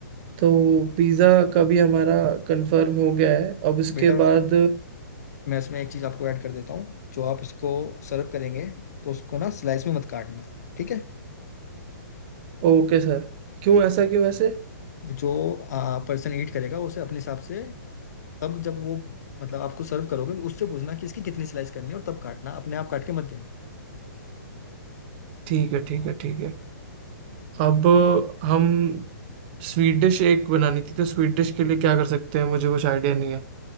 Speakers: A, on the right; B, on the left.
A: तो पिज़्ज़ा का भी हमारा कंफर्म हो गया है अब इसके
B: बेटा
A: बाद
B: मैं इसमें एक चीज़ आपको ऐड कर देता हूँ जो आप इसको सर्व करेंगे तो उसको ना स्लाइस में मत काटना ठीक है
A: ओके सर क्यों ऐसा क्यों ऐसे
B: जो पर्सन ईट करेगा उसे अपने हिसाब से तब जब वो मतलब आपको सर्व करोगे तो उससे पूछना कि इसकी कितनी स्लाइस करनी है और तब काटना अपने आप काट के मत देना
A: ठीक है ठीक है ठीक है अब हम स्वीट डिश एक बनानी थी तो स्वीट डिश के लिए क्या कर सकते हैं मुझे कुछ आइडिया नहीं है